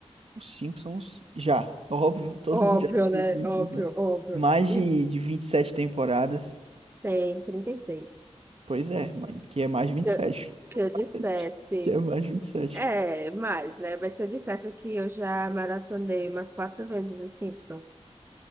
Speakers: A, on the right (about 60°); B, on the right (about 20°).
A: Os Simpsons, já. Óbvio, <laughs> todo
B: Óbvio,
A: mundo já assistiu
B: né?
A: os Simpsons,
B: Óbvio,
A: né?
B: óbvio.
A: Mais
B: E
A: de, de 27 temporadas.
B: Tem 36.
A: Pois é, mãe, que é mais de vinte
B: se
A: e
B: eu,
A: sete
B: se eu dissesse.
A: <laughs> Que é mais de vinte e sete
B: É, mais, né? Mas se eu dissesse que eu já maratonei umas quatro vezes os Simpsons